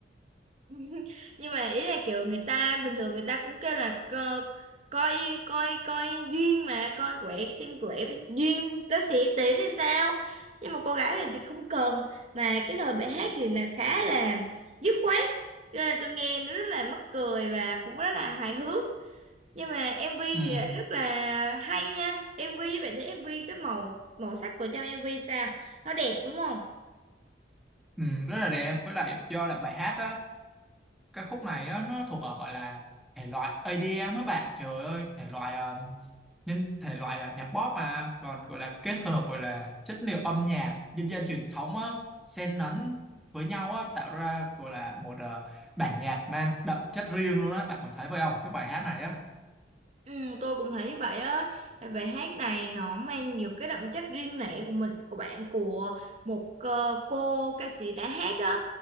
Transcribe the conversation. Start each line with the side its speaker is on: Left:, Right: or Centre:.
Right: <laughs> nhưng mà ý là kiểu người ta bình thường người ta cũng kêu là co, coi coi coi duyên mà coi quẻ xem quẻ với duyên nó sẽ tỷ thì sao nhưng mà cô gái này thì không cần mà cái lời bài hát thì là khá là dứt khoát Cho nên là tôi nghe nó rất là mắc cười và cũng rất là hài hước nhưng mà MV
Centre: ừ,
Right: thì lại rất là hay nha MV bạn thấy MV cái màu màu sắc của trong MV sao nó đẹp đúng không
Centre: ừ, rất là đẹp với lại do là bài hát đó cái khúc này á, nó thuộc ở gọi là thể loại EDM á bạn trời ơi thể loại um, nhân thể loại à, nhạc pop mà còn gọi là kết hợp gọi là chất liệu âm nhạc dân gian truyền thống á, xen lẫn với nhau á, tạo ra gọi là một à, bản nhạc mang đậm chất riêng luôn á bạn có thấy vậy không cái bài hát này á
Right: Ừ, tôi cũng thấy vậy á bài hát này nó mang nhiều cái đậm chất riêng lẻ của mình của bạn của một ờ, cô ca sĩ đã hát á